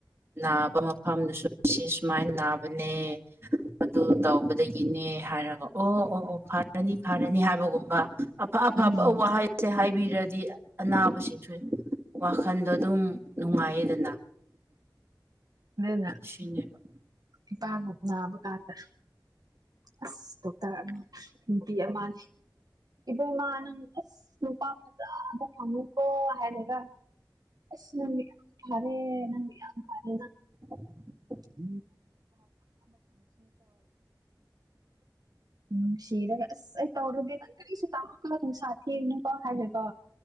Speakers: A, on the right; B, on the right.
A: ꯅꯥꯕ ꯃꯐꯝꯗꯨꯁꯨ ꯁꯤ ꯁꯨꯃꯥꯏ ꯅꯥꯕꯅꯦ ꯑꯗꯨ ꯇꯧꯕꯗꯒꯤꯅꯦ ꯍꯥꯏꯔꯒ ꯑꯣ ꯑꯣ ꯑꯣ ꯐꯔꯅꯤ ꯐꯔꯅꯤ ꯍꯥꯏꯕꯒꯨꯝꯕ ꯑꯐ ꯑꯐꯕ
B: ꯎꯝ
A: ꯋꯥꯍꯩꯁꯦ ꯍꯥꯏꯕꯤꯔꯗꯤ ꯑꯅꯥꯕꯁꯤꯡꯁꯨ ꯋꯥꯈ ꯈꯟꯗꯣ ꯑꯗꯨꯝ ꯅꯨꯡꯉꯥꯏꯌꯦꯗꯅ
B: ꯑꯗꯨꯅꯦ
A: ꯁꯤꯅꯦꯕ
B: ꯏꯄꯥ ꯀꯥꯗꯦ ꯑꯁ ꯗꯣꯛꯇꯔ ꯑꯃ ꯅꯨꯄꯤ ꯑꯃꯅꯦ꯫ ꯏꯕ ꯃꯥꯅꯪ ꯑꯁ ꯅꯨꯄꯥ ꯐꯖꯕ ꯐꯪꯎꯀꯣ ꯍꯥꯏꯔꯒ ꯑꯁ ꯅꯪꯗꯤ ꯌꯥꯝ ꯐꯔꯦ ꯅꯪꯗꯤ ꯌꯥꯝ ꯐꯔꯦꯅ꯫
A: <unintelligible>
B: <unintelligible> ꯎꯝ ꯁꯤꯔꯦ ꯑꯁ ꯑꯩ ꯇꯧꯔꯒꯦ ꯅꯪ ꯀꯔꯤꯁꯨ ꯇꯥꯔꯣꯀꫭ ꯅꯨꯡꯁꯥ ꯊꯤꯔꯨꯅꯨꯀꫭ ꯍꯥꯏꯒꯔꯦ ꯀꯣ꯫